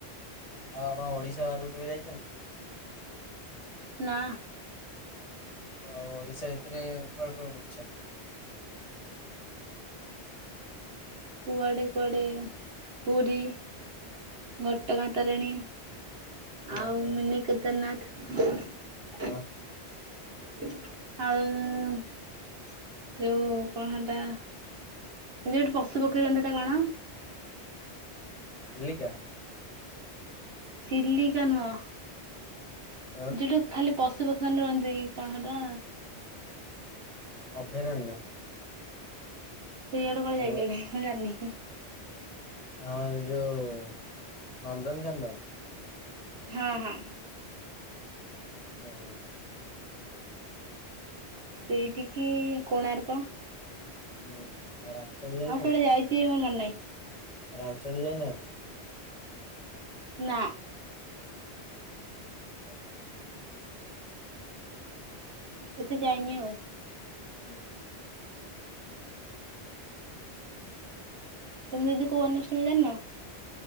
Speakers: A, on the left; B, on the right.
A: ଆଉ ଆପଣ ଓଡିଶା ବାହାରକୁ କେବେ ଯାଇଛନ୍ତି?
B: ନା।
A: ଆଉ ଓଡିଶା ଭିତରେ କୁଆଡେ କୁଆଡ଼େ ବୁଲିଛନ୍ତି।
B: କୁଆଡେ କୁଆଡେ ପୁରୀ ଘଟଗାଁ ତାରିଣୀ।
A: ଓହୋ
B: ଆଉ
A: ହଁ
B: ମିନି କେଦାରନାଥ।
A: ହଁ।
B: ଆଉ ଯୋଉ କଣ ହତା ଯୋଉଠି ପଶୁ ପକ୍ଷୀ ରହନ୍ତି ସେଇଟା କଣ?
A: ଚିଲିକା।
B: ଚିଲିକା ନୁହଁ?
A: ଆଉ
B: ଯିଠୁ ଖାଲି ପଶୁ ପକ୍ଷୀମାନେ ରୁହନ୍ତି କଣ ସେଟା?
A: ଅଭୟାରଣ୍ୟ।
B: ସିଆଡେ କୁଆଡେ
A: ଆମ
B: ଯାଇଛନ୍ତି ମୁଁ ଜାଣିନି।
A: ହଁ ଯୋଉ ନନ୍ଦନକାନନ।
B: ହୁଁ ହୁଁ।
A: ଓହୋ।
B: ସେଇଠି କି କୋଣାର୍କ।
A: ହୁଁ। ଆଉ ରାମଚଣ୍ଡୀ। ଯାଇଛନ୍ତି?
B: ଆଉ କୁଆଡେ ଯାଇଛି ମୋ ମନ ନାହିଁ।
A: ରାମଚଣ୍ଡୀ ଯାଇନାହାନ୍ତି?
B: ନା।
A: ଓହୋ।
B: ଏତେ ଯାଇନି ଆଉ।
A: ହୁଁ।
B: ତମେ ଯଦି କୋଉ ଅନ୍ୟଷ୍ଟମ ଜାଣିନ?